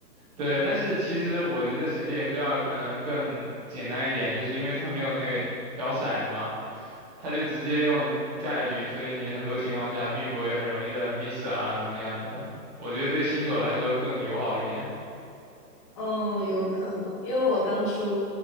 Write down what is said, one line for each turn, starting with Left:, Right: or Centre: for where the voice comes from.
Centre: 对，但是其实我觉得《神界原罪二》可能更简单一点，就是因为它没有那个摇骰子嘛，它就直接用概率，所以你很多情况下并不会很容易的 miss 啊什么样的。我觉得对新手来说更友好一点。
Left: 嗯，有可能，因为我当初，